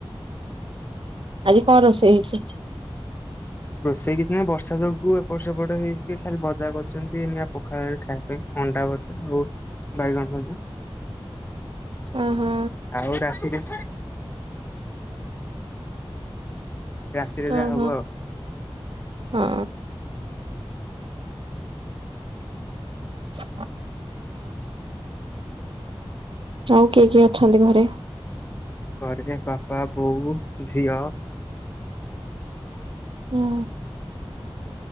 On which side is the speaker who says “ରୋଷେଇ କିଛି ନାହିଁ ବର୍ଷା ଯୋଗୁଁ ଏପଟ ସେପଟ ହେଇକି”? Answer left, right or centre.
Left